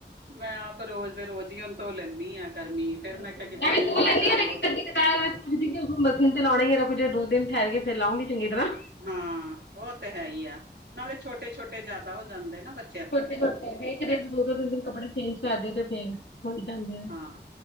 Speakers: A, on the right; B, on the left.
A: ਮੈਂ ਆਪ ਰੋਜ਼ ਦੇ ਰੋਜ਼ ਈ ਹੁਣ ਧੋ ਲੇਨੀ ਆ ਗਰਮੀ ਫਿਰ
B: ਹਾਂਜੀ,
A: ਕਿਹਾ ਕਿਤੇ
B: ਮੈਂ
A: ਮੀਂਹ
B: ਵੀ ਤੋ
A: ਮਾ
B: ਲੈਂਦੀ
A: ਚਾਲੂ
B: ਆ ਲ਼ੇਕਿਨ
A: ਹੋ ਗਿਆ
B: ਕਦੀ- ਕਦੀਂ <unintelligible> ਤੇ ਲਾਉਣੀ ਹੀ ਰੁਕਜੇ ਦੋ ਦਿਨ ਠਹਿਰ ਕੇ ਫੇਰ ਲਾਂਉਗੀ ਚੰਗੀ ਤਰ੍ਹਾਂ।
A: ਹਾਂ ਉਹ ਤੇ ਹੈ ਹੀ ਆ ਨਾਲੇ ਛੋਟੇ- ਛੋਟੇ ਜ਼ਿਆਦਾ ਹੋ ਜਾਂਦੇ ਨਾ ਬੇ-
B: ਛੋਟੇ- ਛੋਟੇ ਇੱਕ ਦਿਨ ਦੋ- ਦੋ ਤਿੰਨ- ਤਿੰਨ ਕੱਪੜੇ ਚੇਂਜ ਕਰਦੇ ਤੇ ਫੇਰ ਹੋ ਹੀ ਜਾਂਦੇ ਆ।
A: ਹਾਂ